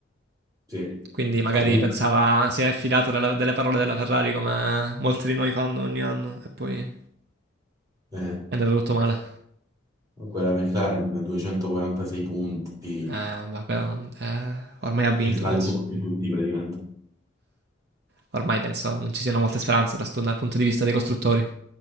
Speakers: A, on the right; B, on the right.
A: Sì,
B: Quindi magari
A: comunque,
B: pensava si è affidato della delle parole della Ferrari come molti di noi fanno ogni anno e poi è
A: eh,
B: andato tutto male.
A: quella McLaren 246 punti,
B: Eh, ma quello, eh, ormai ha vinto,
A: il saldo
B: penso.
A: di tutti praticamente.
B: Ormai penso non ci siano molte speranze da sto- dal punto di vista dei costruttori.